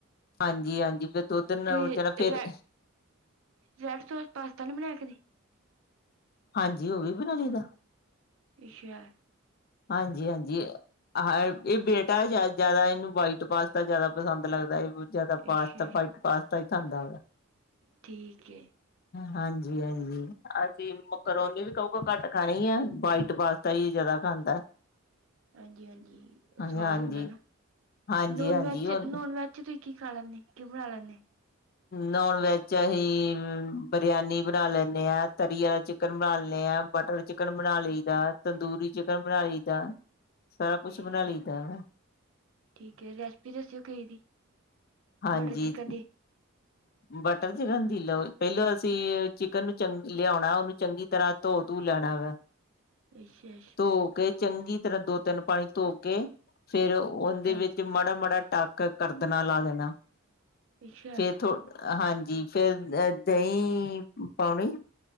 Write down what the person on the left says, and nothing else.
ਹਾਂਜੀ ਹਾਂਜੀ ਫਿਰ ਦੁੱਧ ਨੂੰ
ਜਰਾ ਫੇਰ
ਹਾਂਜੀ ਉਹ ਵੀ ਬਣਾ ਲਈ ਦਾ।
ਹਾਂਜੀ ਹਾਂਜੀ ਇਹ ਬੇਟਾ ਜਿਆਦਾ ਇਹਨੂੰ ਵਾਈਟ ਪਾਸਤਾ ਜਿਆਦਾ ਪਸੰਦ ਲੱਗਦਾ ਇਹ ਜਿਆਦਾ ਪਾਸਤਾ
ਵਾਇਟ ਪਾਸਤਾ ਹੀ ਖਾਂਦਾ ਹੈ।
ਹਾਂਜੀ ਹਾਂਜੀ ਅਸੀਂ ਮੈਕਰੋਨੀ ਵੀ ਕਹੂਗਾ ਘੱਟ ਖਾਣੀ ਹੈ ਵਾਈਟ ਵਾਸਤਾ ਹੀ ਜ਼ਿਆਦਾ ਖਾਂਦਾ।
ਹਾਂਜੀ
ਹਾਂਜੀ
ਹਾਂਜੀ-ਹਾਂਜੀ
ਉਹ
ਨੋਨ ਵੈਜ ਅਹੀ ਬਰਿਆਨੀ ਬਣਾ ਲੈਣੇ ਹਾਂ ਤਰੀ ਵਾਲਾ ਚਿਕਨ ਬਣਾ ਲੈਣੇ ਹਾਂ। ਬਟਰ ਚਿਕਨ ਬਣਾ ਲਈ ਦਾ ਤੰਦੂਰੀ ਚਿਕਨ ਬਣਾ ਲਈ ਦਾ। ਸਾਰਾ ਕੁਛ
ਬਣਾ ਲਈਦਾ ਹਾ।
ਹਾਂਜੀ
ਬਟਰ ਚਿਕਨ ਦੀ ਲਓ ਪਹਿਲੋਂ
ਅਸੀਂ ਚਿਕਨ ਲਿਆਉਣਾ ਉਹਨੂੰ ਚੰਗੀ ਤਰ੍ਹਾਂ ਧੋ ਧੂ ਲੈਣਾ ਵਾ।
ਧੋ ਕੇ ਚੰਗੀ ਤਰ੍ਹਾਂ ਦੋ- ਤਿੰਨ ਪਾਣੀ ਧੋ ਕੇ, ਫੇਰ ਉਹਦੇ
ਵਿੱਚ ਮਾੜਾ- ਮਾੜਾ ਟੱਕ ਕਰਦ ਨਾਲ ਲਾ ਦੇਣਾ
ਫਿਰ ਥੋ ਹਾਂਜੀ ਫਿਰ ਅਹ ਦਹੀਂ ਪਾਉਣੀ